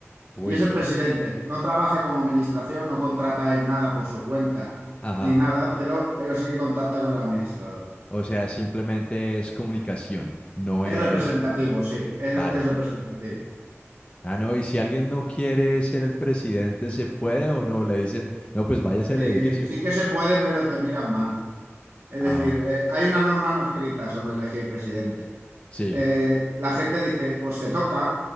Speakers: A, on the left; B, on the right.
A: Uy,
B: Y es el
A: no.
B: presidente, no trabaja como administración, no contrata él nada por su cuenta
A: Ajá.
B: ni nada, pero, pero sí que contacta con el administrador.
A: O sea, simplemente es comunicación. No
B: Es
A: es.
B: representativo, sí, es,
A: Vale.
B: es representativo.
A: Ah, no. Y si alguien no quiere ser el presidente, ¿se puede o no? Le dicen, no, pues váyase al
B: Eh,
A: edificio.
B: sí que se puede, pero te miran mal. Es
A: Ah,
B: decir, eh, hay una norma no escrita sobre elegir presidente.
A: sí.
B: Eh, la gente dice, pues te toca,